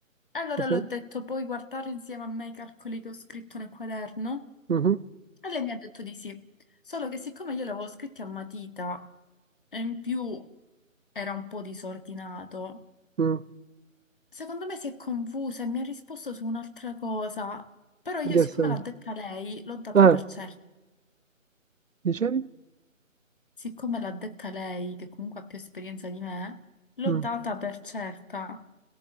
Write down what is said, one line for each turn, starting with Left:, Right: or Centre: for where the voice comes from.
Left: Allora
Right: Cos'è?
Left: l'ho detto, puoi guardare insieme a me i calcoli che ho scritto nel quaderno?
Right: Mhm,
Left: E lei mi ha detto di sì. Solo che siccome io li avevo scritti a matita e in più era un po' disordinato,
Right: mm,
Left: secondo me si è confusa e mi ha risposto su un'altra cosa. Però io,
Right: in che
Left: siccome
Right: senso?
Left: l'ha detta lei, l'ho data
Right: Eh,
Left: per certa.
Right: dicevi?
Left: siccome l'ha detta lei, che comunque ha più esperienza di me, l'ho
Right: Mm.
Left: data per certa.